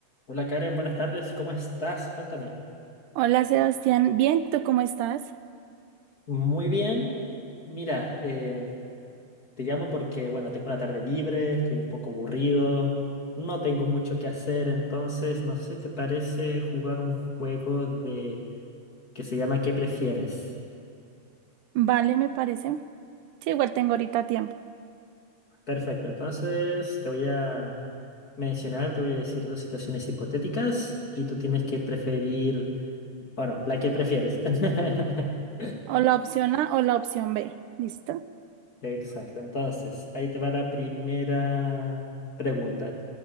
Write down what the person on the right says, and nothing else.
Hola Sebastián, bien, ¿tú cómo estás?
Vale, me parece. Sí, igual tengo ahorita tiempo.
O la opción A o la opción B. ¿Listo?